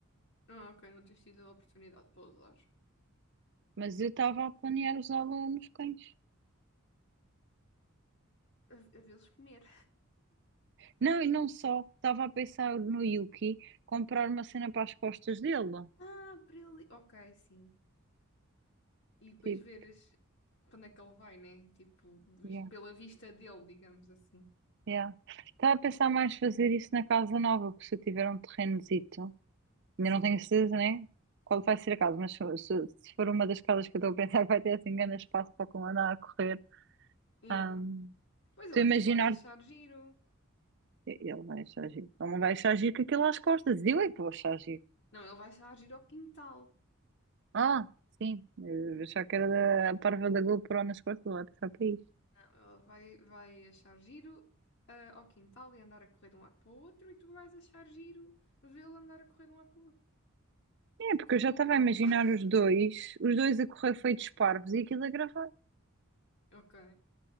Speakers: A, on the left; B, on the right.
A: Ah, ok, não tens tido a oportunidade para usar.
B: Mas eu estava a planear usá-la nos cães.
A: A, a vê-los comer.
B: Não, e não só. Estava a pensar no Yuki comprar uma cena
A: Hum.
B: para as costas dele.
A: Ah, para ele. Ok, sim. E depois
B: Tipo,
A: veres para onde é que ele vai, né? Tipo, vis-
B: yeah.
A: pela vista dele, digamos assim.
B: Yeah. Estava a pensar mais fazer isso na casa nova, porque se eu tiver um terrenozito, ainda
A: Sim.
B: não tenho certeza, né? Qual vai ser a casa, mas se, se- se for uma das casas que eu estou a pensar, <laughs> vai ter assim grande espaço para como andar a correr.
A: Yeah.
B: Ahm,
A: Pois
B: Estou
A: ele
B: a
A: é
B: imaginar,
A: capaz de achar giro.
B: ele vai achar giro, ele não vai achar giro com aquilo às costas, e eu é que vou achar giro.
A: Não, ele vai achar giro ao quintal.
B: Ah, sim, eu achava que era da, a parva da GoPro nas costas, ele vai pensar para isso.
A: Não, ele vai, vai achar giro ah, ao quintal e andar a correr de um lado para o outro e tu vais achar giro vê-lo andar a correr de um lado para o outro
B: É, porque
A: com a
B: eu
A: GoPro.
B: já estava a imaginar
A: <laughs>
B: os dois, os dois a correr feitos parvos e aquilo a gravar.
A: Ok.